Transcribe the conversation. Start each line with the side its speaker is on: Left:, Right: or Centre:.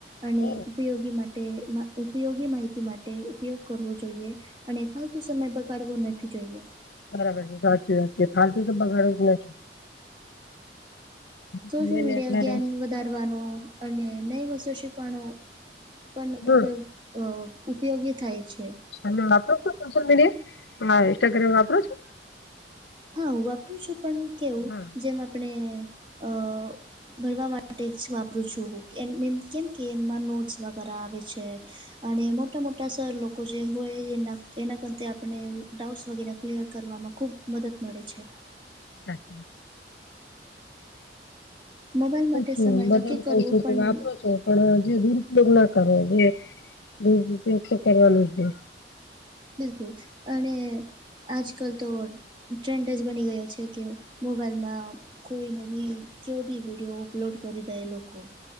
Right: અને
Left: હમ
Right: ઉપયોગી માટે ઉપયોગી માહિતી માટે ઉપયોગ કરવો જોઈએ. અને ફાલતુ સમય બગાડવો નથી જોઈએ.
Left: બરાબર છે, સાચી વાત છે, ફાલતુ તો બગાળવું જ ન જોઈએ.
Right: સોશિયલ
Left: સમય
Right: મીડિયા
Left: ને અત્યારે
Right: જ્ઞાન વધારવાનો અને નઈ વસ્તુ શીખવાનો. પણ
Left: હમ
Right: ઉપયોગ અ ઉપયોગી થાય છે.
Left: તમે વાપરો છો, સોશિયલ મીડિયા હા ઈન્સ્ટાગ્રામ વાપરો છો?
Right: હા, હું વાપરું છું, પણ કેવું
Left: હા
Right: જેમ આપણે.
Left: <inaudible>
Right: અ ભણવા માટે જ વાપરું છું, હું એમ એમ કેમ કે એમમાં નોટ્સ વગેરે આવે છે. અને મોટા મોટા સર લોકો જે હોય, એ એના કર આપણે ડાઉટસ વગેરે. ક્લિયર કરવામાં ખૂબ મદદ મળે છે.
Left: સાચ.
Right: મોબાઈલ માટે
Left: છું
Right: સમય
Left: બધાને
Right: નક્કી કરવો
Left: કઉ છું
Right: પણ
Left: કે વાપરો છો પણ જે દુરુપયોગ ના કરવો જોઈએ, દુરુપયોગ તો કરવાનું જ નઈ.
Right: બિલકુલ અને અને આજકાલ તો ટ્રેન્ડ જ બની ગયો છે કે, મોબાઈલમાં કોઈ નો બી કેવો બી વિડીયો અપલોડ કરી દે લોકો.